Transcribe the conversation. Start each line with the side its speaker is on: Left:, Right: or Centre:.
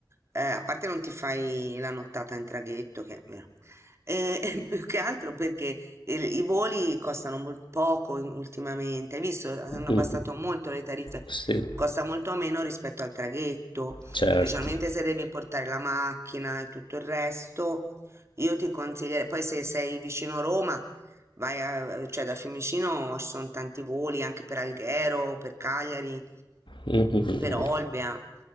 Right: eh, a parte non ti fai la nottata in traghetto, che è vero, e, <laughs> e più che altro perché il- i voli costano mol- poco in- ultimamente, hai visto, hanno abbassato
Left: Mm,
Right: molto le tariffe,
Left: Sì,
Right: costa molto meno rispetto al traghetto,
Left: certo.
Right: specialmente se devi portare la macchina e tutto il resto, io ti consiglierei, poi se sei vicino Roma Vai a, cioè da Fiumicino ci sono tanti voli anche per Alghero, per Cagliari,
Left: Mm, mm, mm,
Right: per
Left: mm.
Right: Olbia,